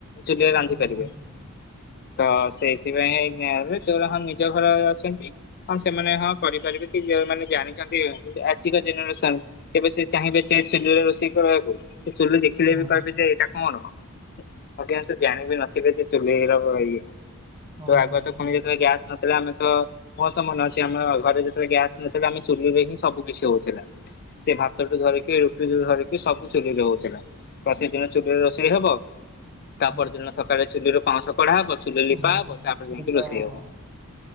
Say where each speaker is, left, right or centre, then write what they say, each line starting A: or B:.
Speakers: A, on the left; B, on the right.
A: ଚୁଲିରେ
B: ସେଇଟା
A: ରାନ୍ଧି
B: ହଁ
A: ପାରିବେ।
B: ହଁ
A: ତ ସେଇଥି ପାଇଁ ଗାଁରେ ତୋର ହଁ ନିଜ ଘର ଅଛନ୍ତି ହଁ ସେମାନେ ହଁ କରିପାରିବେ କି ଯଉମାନେ ଜାଣିଛନ୍ତି ହଁ ଆଜିର ଜେନେରେସନ କେବେ ସେ ଚାହିଁବେ ଚାଁ ଚୁଲରେ ରୋଷେଇ କରିବାକୁ, ସେ ଚୁଲ ଦେଖିଲେ
B: ହଁ
A: ବି କହିବେ ଯେ ଏଇଟା କଣ, ଅଧିକାଂଶ ଜାଣିବି ନଥିଲେ ଯେ ଚୁଲେଇ ର ଇଏ
B: ହଁ
A: ତ ଆଗୁଆ ତ ଆମେ ଯେତେବେଳେ ଗ୍ୟାସ୍ ନଥିଲେ ଆମେ ତ ମୋର ତ ମନ ଅ ଚି ଆମର ଘରେ ଯେତେବେଳେ ଗ୍ୟାସ ନଥିଲେ ଆମେ ଚୁଲି ରେ ହିଁ ସବୁ କିଛି ହଉଥିଲା ସେ ଭାତଠୁ ଧରିକି ରୁଟି ଧରିକି ସବୁ ଚୁଲିରେ ହଉଥିଲା। ପ୍ରତିଦିନ ଚୁଲିରେ ରୋଷେଇ ହବ
B: ହଁ
A: ତା ପରଦିନ ସକାଳେ ଚୁଲି ରୁ ପାଉଁସ କଢା ହବ, ଚୁଲି
B: ହଁ
A: ଲିପା ହବ ତାପରେ ଯାଇକି
B: ହଁ
A: ରୋଷେଇ ହବ।